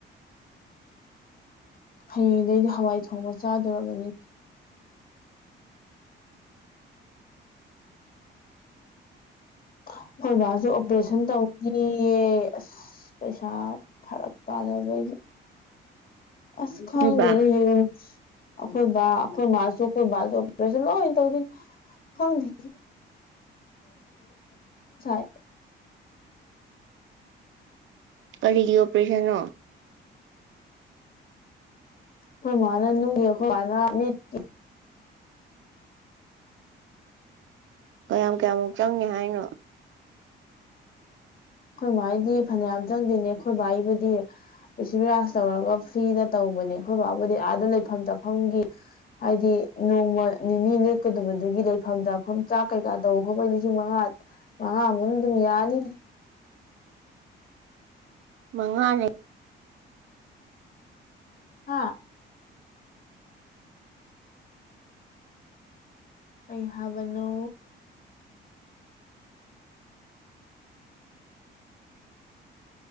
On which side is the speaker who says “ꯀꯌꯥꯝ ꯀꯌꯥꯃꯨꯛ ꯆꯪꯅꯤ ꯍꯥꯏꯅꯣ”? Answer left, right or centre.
Right